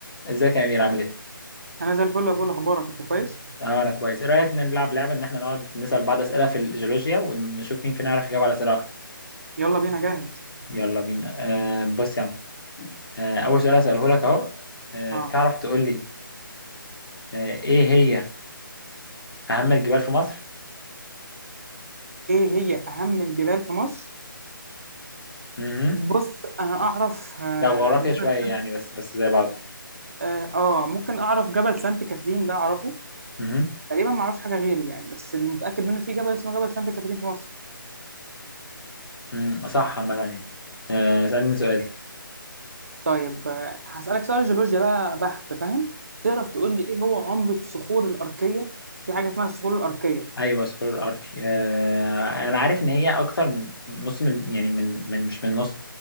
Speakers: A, on the left; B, on the right.
A: ازيك يا امير عامل ايه؟
B: انا زي الفل يا بقول اخبارك انت كويس
A: اه انا كويس، ايه رايك نلعب لعبه ان احنا نقعد نسال بعض اسئله في الجيولوجيا ونشوف مين فينا يعرف يجاوب على اسئله اكتر،
B: يلا بينا جاهز
A: يلا بينا، آه بص يا عم، آه اول سؤال هساله لك اهو، آه
B: اه
A: تعرف تقول لي آه ايه هي اهم الجبال في مصر؟
B: ايه هي اهم الجبال في مصر
A: اها
B: بص انا اعرف آه،
A: ده جغرافيا
B: جبل
A: شويه
B: سانت
A: يعني بس بس زي بعضه،
B: اه آه، ممكن اعرف جبل سانت كاترين ده اعرفه
A: اها
B: تقريبا ما اعرفش حاجه غيره يعني بس اللي متاكد منه في جبل اسمه جبل سانت كاترين في مصر
A: امم صح عامه يعني، آه اسالني سؤال،
B: طيب آه، هسالك سؤال جيولوجيا بقى بحت فاهم تعرف تقول لي ايه هو عمر الصخور الاركيه في حاجه اسمها الصخور الاركيه
A: ايوه سكرول ارك آه انا عارف ان هي اكتر من نص من يعني من, من مش من نص